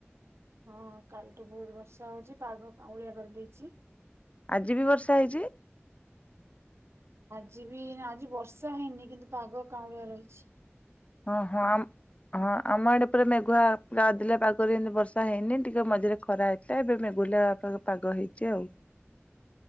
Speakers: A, on the right; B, on the left.
A: ହଁ କାଲିଠୁ ବହୁତ ବର୍ଷା ହୋଉଛି ପାଗ କାଉଁଳିଆ କରିଦେଇଚି
B: ଆଜି ବି ବର୍ଷା ହେଇଚି?
A: ଆଜି ବି ଆଜି ବର୍ଷା ହେଇନି କିନ୍ତୁ ପାଗ କାଉଁଳିଆ ରହିଚି।
B: ଓହୋ ଆମ୍ ହଁ ଆମ ଆଡେ ପୁରା ମେଘୁଆ ବଦଳିଆ ପାଗରେ ଏମିତି ବର୍ଷା ହେଇନି ଟିକେ ମଝିରେ ଖରା ଏବେ ମେଗୁଲା ପା ପାଗ ହେଇଛି ଆଉ।